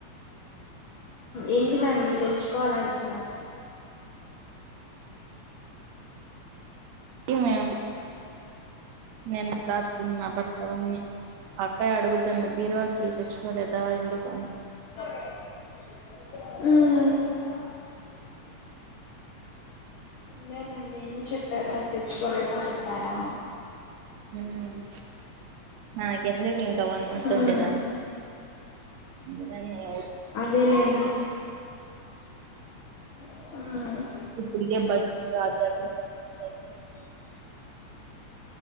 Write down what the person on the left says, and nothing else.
ఏంటిదండి తెచ్చుకోవాలంటున్నారు
మ్ విన్లేద్లేంది ఏం చెప్పారో తెచ్చుకోలేదని చెప్పారా?
మ్మ్
అదేలేండి ఆ
ఒ